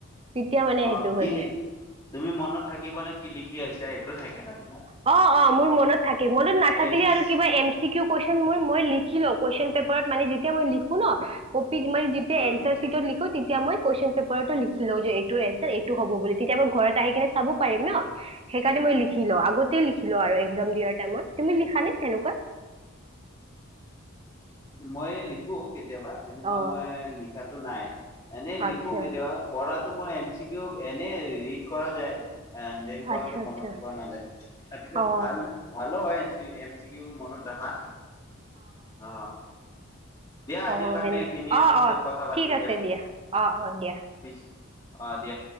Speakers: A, on the right; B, on the left.
A: তেতিয়া মানে
B: অ
A: সেইটো
B: কি
A: হৈ যায়
B: তুমি মনত থাকিব নে কি লিখি আহিছ। এ এইটো থাকে জানো
A: অ অ মোৰ মনত থাকে মনত নাথাকিলে
B: এইটিছ
A: আৰু কিবা এম চি কিউ কুৱেচন মোৰ। মই লিখিল কুৱেশন পেপাৰত মানে যেতিয়া মই লিখো ন। মই তেতিয়া
B: উম
A: এন্টাচিত লিখো। তেতিয়া মই কুৱেশচন পেপাৰ লিখ লও। যে এইটো এনাৰ এইটো হব বুলি। তেতিয়া মই ঘৰত আহি কিনে চাব পাৰিম ন। সেইকাৰণে মই লিখি লওঁ আগ। লিখ ল একজাম দিয়াৰ টাইমত তুমি লিখ সেনেকুৱা।
B: মই লিখো কেতিয়া। কেতিয়াবা তেনেকুৱা
A: অ
B: মই লিখাত। তটো নাই। এনেই লিখ
A: আচ্ছা
B: কেতিয়াবা পৰত। তমই এম চিকিউ এনে ৰিড কৰা যায়। এ তেনেকুৱাকে
A: আচ্ছা আচ্ছা
B: মনত পোৱা নাযায় তাৰ পিছত
A: অ
B: ভাল ভালো হয়। ম চি। মনত ৰাখা অ। দিয়া আজিৰ
A: অ
B: কাৰণে
A: সেনে
B: এইখিনিয়ে
A: অ
B: পিছত
A: অ
B: কথা পাতিম
A: ঠিক আছে
B: দিয়া।
A: অ অ। দিয়া
B: পিছ। অ দিয়া।